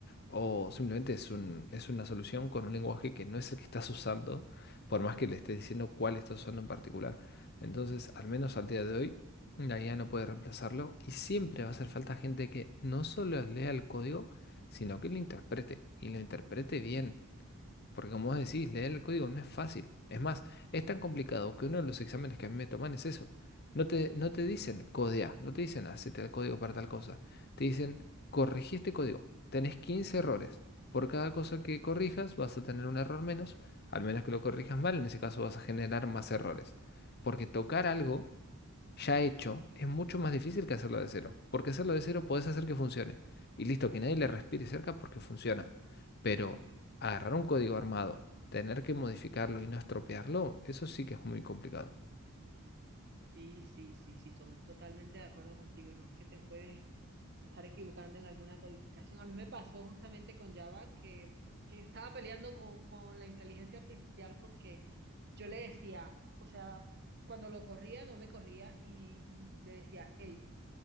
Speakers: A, on the left; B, on the right.
A: o simplemente es un, es una solución con un lenguaje que no es el que estás usando, por más que le estés diciendo cuál estás usando en particular. Entonces, al menos al día de hoy, la IA no puede reemplazarlo y siempre va a hacer falta gente que no solo lea el código, sino que lo interprete y lo interprete
B: Ujú.
A: bien. Porque como vos decís, leer el código no es fácil. Es más, es tan complicado que uno de los exámenes que a mí me toman es eso. No te, no te dicen codea, no te dicen hacete el código para tal cosa. Te dicen corregí este código. Tenés 15 errores. Por cada cosa que corrijas vas a tener un error menos, al menos que lo corrijas mal, en ese caso vas a generar más errores. Porque tocar algo ya hecho es mucho más difícil que hacerlo de cero. Porque hacerlo de cero podés hacer que funcione. Y listo, que nadie le respire cerca porque funciona. Pero Agarrar un código armado, tener que modificarlo y no estropearlo, eso sí que es muy complicado.
B: Sí, sí, sí, sí, to- totalmente de acuerdo contigo. Y más que te puedes estar equivocando en alguna codificación. A mí me pasó justamente con Java que, que estaba peleando con, con la inteligencia artificial porque yo le decía, o sea, cuando lo corría no me corría y, y le decía, hey,